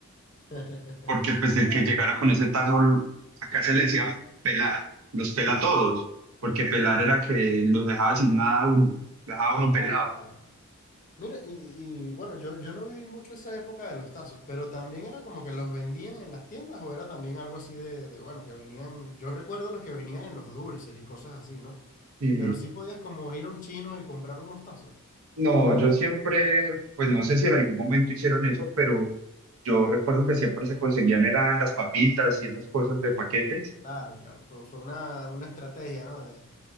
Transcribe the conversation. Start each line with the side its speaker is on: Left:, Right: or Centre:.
Left: <laughs>
Right: porque pues el
Left: Claro,
Right: que llegara con ese tazo, acá se le decía pelar, los pela a todos, porque pelar era que los dejaba sin nada a uno, lo dejaba a uno
Left: claro,
Right: pelado.
Left: claro. Mira, y, y bueno, yo, yo no viví mucho esa época de los tazos, pero también era como que los vendían en las tiendas o era también algo así de, de, bueno, que venían, yo recuerdo los que venían en los dulces y cosas así, ¿no?
Right: Sí.
Left: Pero sí podías como ir a un chino y comprar unos tazos.
Right: No, yo siempre, pues no sé si en algún momento hicieron eso, pero yo recuerdo que siempre se conseguían eran las papitas y esas cosas de paquetes.
Left: Claro, claro, fue, fue una, una estrategia, ¿no? De,